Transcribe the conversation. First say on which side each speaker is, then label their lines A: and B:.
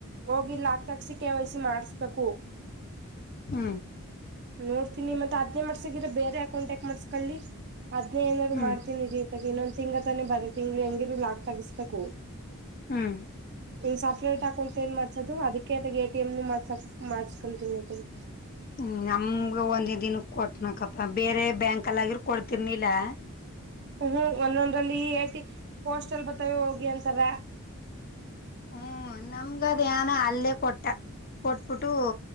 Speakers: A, on the right; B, on the left.
A: ಹೋಗಿಲ್ಲಾಕ್ ತೆಗಿಸಿ ಕೆ ವೈ ಸಿ ಮಾಡ್ಸ್ಬೇಕು
B: ಹ್ಮ
A: ನೋಡ್ತೀನಿ ಮತ್ತೆ ಅದ್ನೇ ಮಾಡ್ಸಿದರ ಬೇರೆ ಅಕೌಂಟ್ ಯಕ್ ಮಾಡಿಸ್ಕೊಳ್ಳಿ. ಹದ್ನೇ ಏನಾದ್ರು
B: ಹ್ಮ್
A: ಮಾಡ್ತೀನಿಇರಿ
B: ಹ್ಮ್
A: ಆತಗೆ ಇನ್ನೊಂದಂದು ತಿಂಗ ತಾನೆ ಬರ ತಿಂಗಳು ಹೆಂಗಿರು ಲಾಕ್ ತಗಿಸ್ಬೇಕು.
B: ಹ್ಮ್
A: ಇ ಸಪ್ರೇಟ್ ಅಕೌಂಟ್ ಏನ್ ಮಾಡ್ಸೋದು ಅದಕ್ಕೆ ಆತಗೆ ಎ ಟಿ ಎಂ ಮಾಡ್ಸಕ್ ಮಾಡ್ಸ್ಕೊಂತೀನಿತೆಗೆ.
B: ಹ್ಮ ನಮ್ಗೆ ಒಂದ ದಿನ ಕೊಟ್ಟನಕಪ್ಪಾ ಬೇರೆ ಬ್ಯಾಂಕಲ್ಗಿ ಆಗಿದ್ರೆ ಕೊಡ್ತಿರ್ನಿಲ್ಲಾ.
A: ಹ್ಮ ಒಂದೊಂದ್ರಲ್ಲಿ ಐತಿ ಪೋಸ್ಟಲ್ ಬತಾವ ಹೋಗಿ ಅಂತಾರ.
B: ಹ್ಮ್ ನಮ್ಗ ಅದೇನ್ಯ ಅಲ್ಲೇ ಕೊಟ್ಟ. ಕೊಟ್ಬಿಟ್ಟು